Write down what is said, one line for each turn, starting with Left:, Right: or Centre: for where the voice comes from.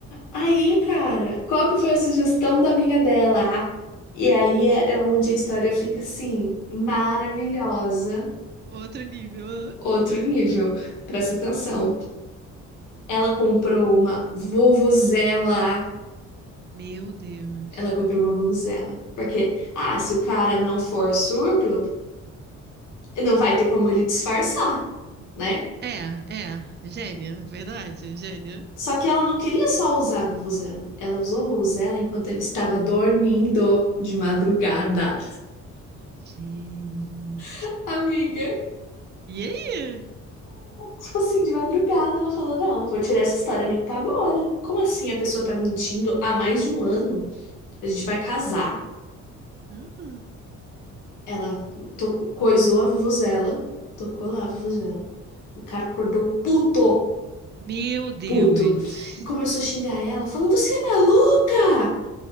Left: Aí, cara, qual que foi a sugestão da amiga dela? Ah, E aí é é onde a história fica assim, maravilhosa,
Right: Outro nível. ah.
Left: outro nível. Presta atenção. Ela comprou uma vuvuzela.
Right: Meu Deus.
Left: Ela comprou uma vuvuzela. Porque, ah, se o cara não for surdo, não vai ter como ele disfarçar, né?
Right: É, é, gênia, verdade, gênia.
Left: Só que ela não queria só usar a vuvuzela. Ela usou a vuvuzela enquanto ele estava dormindo de madrugada.
Right: Gente.
Left: <laughs> Amiga.
Right: E aí?
Left: Tipo assim, de madrugada, ela falou: Não, vou tirar essa história limpa agora. Como assim a pessoa tá mentindo há mais de um ano? A gente vai casar.
Right: Ah,
Left: Ela to- coisou a vuvuzela, tocou lá a vuvuzela. O cara acordou puto,
Right: meu Deus.
Left: puto, e começou a xingar ela, falando: Você é maluca!